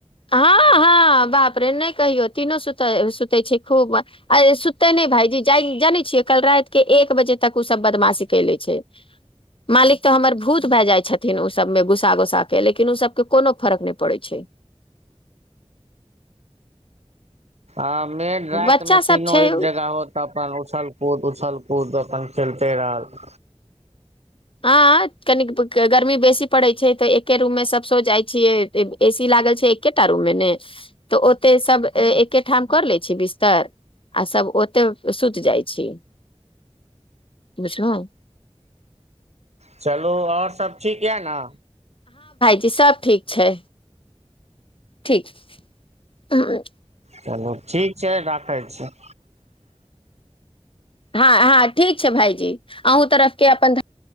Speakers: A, on the left; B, on the right.
A: हां -हां बाप रे नै कहियो तीनो सुतए सुते छै। खूब ए सुत ते नै भायजी जाए जाने छियै कल रात के एक बजे तक ओ सब बदमाशी कैले छै मालिक तऽ हमर भूत भए जाइ छथिन ओ सबमे गोसा गोसा के लेकिन उ सबके कोनो फरक नै पड़ै छै।
B: आ मे रातमे
A: बच्चा
B: तीनो
A: सब छै
B: एक जगह हो तब अपन उछल कूद उछल कूद अपन खेलते रहत
A: हां कनिक पक ग गरमी बेसी पड़े छै तऽ एकै रूम मे सब सौ जाइ छियै ऐब ए सी लागल छै एकेटा रूममे नै तऽ ओेते सब एकेठाम कर लै छीयै बिस्तर आ सब ओते सुत जाए छीयै, बुझलो।
B: चलू और सब ठीक यऽ नै।
A: जी सब ठीक छै। ठीक हां।
B: चलू ठीक छै, राखै छीयै।
A: हां हां ठीक छै भायजी अहूँ तरफके अपन ध